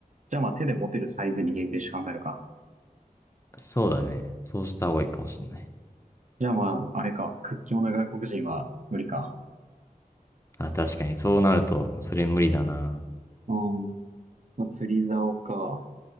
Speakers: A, on the right; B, on the left.
A: じゃあまあ手で持てるサイズに限定して考えるか。
B: そうだね。そうした方がいいかもしれない。
A: じゃあまあ、あれか。屈強な外国人は無理か。
B: あ、確かに、そうなると、それ無理だな。
A: うん。まあ、釣り竿か。